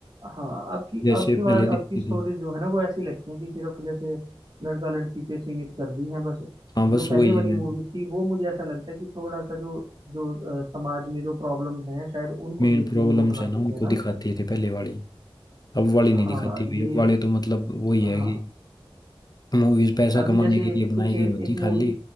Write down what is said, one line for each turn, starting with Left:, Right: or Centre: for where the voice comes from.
Right: हाँ आपकी
Left: जैसे
Right: आपकी बार
Left: पहले दिखती
Right: आपकी स्टोरीज
Left: थी
Right: जो है ना वो ऐसी लगती हैं कि सिर्फ जैसे लड़का लड़की पे सीमित कर दी हैं बस
Left: हाँ बस
Right: जो
Left: वही
Right: पहले वाली
Left: है
Right: मूवीज थी वो मुझे ऐसा लगता है कि थोड़ा सा जो जो अ, समाज में जो प्रॉब्लम्स हैं शायद उनको
Left: मेन
Right: देख
Left: प्रॉब्लम्स
Right: कर ही वो बनाते
Left: है ना उनको
Right: थे है ना
Left: दिखाती थी पहले वाली अब वाली नहीं
Right: हाँ
Left: दिखाती भाई
Right: ये
Left: अब वाली तो मतलब वही
Right: हाँ
Left: है कि मूवीज पैसा
Right: अभी
Left: कमाने
Right: जैसे
Left: के
Right: एक
Left: लिए
Right: पीछे
Left: बनाई गई होती
Right: एक मूवी
Left: खाली